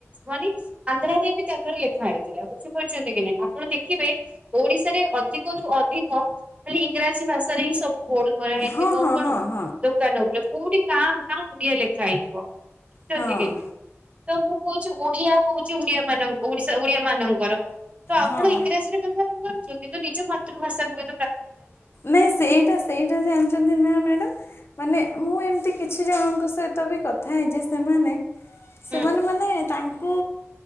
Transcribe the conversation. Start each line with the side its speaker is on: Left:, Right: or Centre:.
Right: ମାନେ <inaudible> ଆନ୍ଧ୍ରରେ ବି ତାଙ୍କର ଲେଖା ହେଇଥିଲା ବୁଝିପାରୁଛନ୍ତି କି ନାଇଁ। ଆପଣ ଦେଖିବେ ଓଡିଶାରେ ଅଧିକରୁୁ ଅଧିକ ଖଲି ଇଂରାଜୀ ଭାଷାରେ ହିଁ ସବୁ ବୋଡ ଖରା ହେଇଯିବ
Left: ହଁ ହଁ
Right: କଣ
Left: ହଁ ହଁ
Right: ଦୋକାନ କଉଠି କା ଭା ଓଡିଆ ଲେଖା ହେଇଥିବ। ତ
Left: ହଁ
Right: ମୁ କହୁଚୁ ଓଡିଆ କହୁଛି ଓଡିଆ ମାନଙ୍କ ଓଶା ଓଡିଆ ମାନଙ୍କର ତ ଆପଣୁ
Left: ହଁ
Right: ଇଂରାଜି ରେଖ କଛୁ କିନ୍ତୁ ନିଜ ମାତୃଭାଷା ହୁଏ
Left: ନାଇଁ ସେଇଟା ସେଇଟା ଜାଣିଛନ୍ତି ନା ମ୍ୟାଡାମ ମାନେ ମୁଁ ଏମିତି କିଛି ଜଣଙ୍କ ସହିତ ବି କଥା ହେଇ ଯେ ସେମାନେ ସେମାନେ
Right: ହୁଁ
Left: ମାନେ ତାଙ୍କୁ କୁ